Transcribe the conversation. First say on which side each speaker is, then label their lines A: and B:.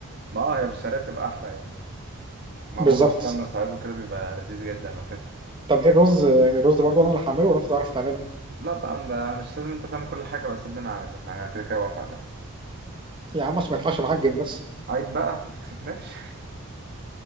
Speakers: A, on the right (about 45°); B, on the right (about 20°).
A: ما اه هي بالشعرية بتبقى أحلى يعني معمول
B: بالظبط
A: بالسمنة ساعات وكده بيبقى لذيذ جدا وكده
B: طب ايه الرز الرز برضه انا اللي هعمله ولا انت تعرف تعمله
A: لا بقى أنا مش لازم أنت تعمل كل حاجة بس سيبني أنا أعملها أنا كده كده بعرف أعملها
B: يا عم عشان ما يطلعش معجن بس
A: عيب بقى ما تكسفناش